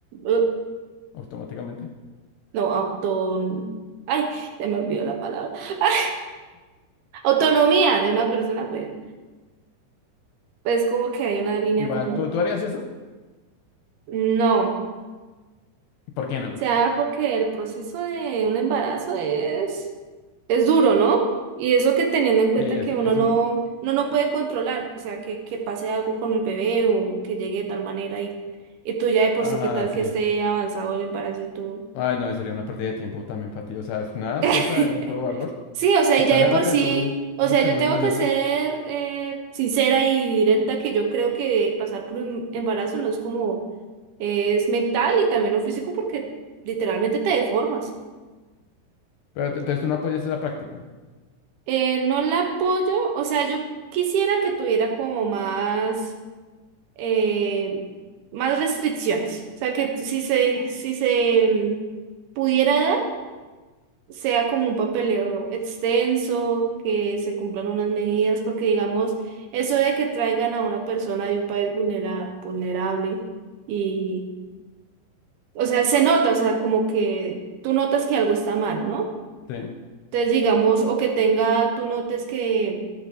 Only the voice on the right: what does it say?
eh,
no, auton, ay, se me olvidó la palabra. <laughs> Ay, autonomía de una persona, pues, pues como que hay una línea
como,
no.
O sea, porque el proceso de un embarazo es Es duro, ¿no? Y eso que teniendo en cuenta
que uno
no,
no, no puede controlar, o sea, que, que pase algo con el bebé o que llegue de tal manera y, y tú ya de por
sí, qué tal
que esté avanzado el embarazo y tú...
<laughs>
Sí, o sea,
y ya de por sí,
o
sea,
yo tengo
que
ser eh, sincera y directa que yo creo que pasar por un embarazo no es como, eh, es mental y también lo físico porque literalmente te deformas.
Eh, no la apoyo, o sea, yo quisiera que tuviera como más... eh, más restricciones. O sea, que si se, si se mm, pudiera dar, sea como un papeleo extenso, que se cumplan unas medidas, porque digamos, eso de que traigan a una persona de un país vulnera- vulnerable y, o sea, se nota, o sea, como que tú notas que algo está mal, ¿no?
Entonces, digamos, o que tenga, tú notes que